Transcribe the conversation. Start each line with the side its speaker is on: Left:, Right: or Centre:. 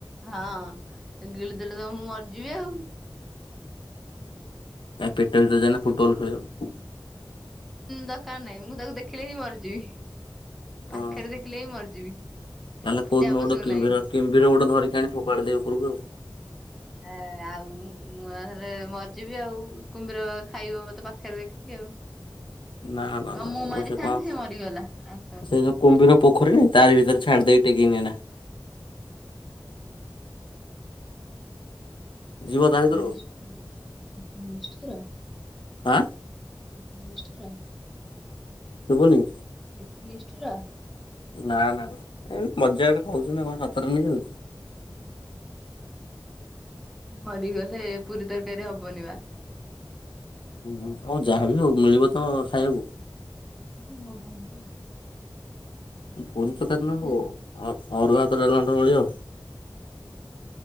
Centre: ହଁ ଗିଳି ଦେେଲେ ତ ମୁଁ ମରିଯିବି ଆଉ।
Left: କାଇ ପେଟରେ ତ ଯଇକିନ ଫୁଟବଲ ଖେଳିବ।
Centre: ଦରକାର ନାହିଁ ମୁଁ ତାକୁ ଦେଖିଲେ ହିଁ ମରିଯିବି।
Left: ହଁ
Centre: ପାଖରେ ଦେଖିଲେ ବି ମରିଯିବି।
Left: ତାହେଲେ କୋଉଦିନ
Centre: କିଛି ଆବଶ୍ୟକ
Left: ଗୋଟେ କିମଭିର
Centre: ନାହିଁ।
Left: କିମଭିର ଗୋଟେ ଧରିକି ଆଣି ଫୋପାଡି ଦେବି ଉପରକୁ ଆଉ।
Centre: ହେ ଆଉ ମୁଁ ଏକାଥରେ ମରିଯିବି ଆଉ କୁମ୍ଭୀର ଖାଇବ ମତେ ପାଖରେଖ ଦେ
Left: ନା ନା
Centre: କହ
Left: ନା
Centre: ମୁଁ ମାରିଥାନ୍ତି
Left: କଣ
Centre: ସେ ମରିଗଲା। ଆଉ କଣ
Left: ସେ
Centre: ଏତେ
Left: ଯୋଉ କୁମ୍ବୀର ପୋଖରୀ ନାହୀ ତାର ଭିତରେ ଛାଡି ଦେଇକି ଟେକିିନି ନା। ଯିବ ତା
Centre: ଏତେ
Left: ଭିତରୁ
Centre: ନିଷ୍ଠୁର ଏତେ ନିଷ୍ଠୁର।
Left: ଆଁ
Centre: ଏତେ ନିଷ୍ଠୁର।
Left: ସୁବୁନି।
Centre: ଏତେ ନିଷ୍ଠୁର।
Left: ନା ନା ନା ଏ ମଜାରେ କହୁଛୁ ନା କଣ ସତରେ ନେଇ ଯାଉଛ।
Centre: ହୁ। ମରିଗଲେ ପୁରୀ ତରକାରୀ ହବନି ବା।
Left: ଓହୋ ହଉ ଯାହାବି ହଉ ମିଳିବ ତ ଖାଇବାକୁ।
Centre: ହ ହବନି।
Left: ଫୁରି
Centre: କୁମ୍ଭୀର
Left: ତରକାରି
Centre: ମତେ
Left: ନହଉ
Centre: ଖାଇଲେ
Left: ଅ ଅରୁଆ ଭାତ ଡାଲମା ତ ମିଳିବ।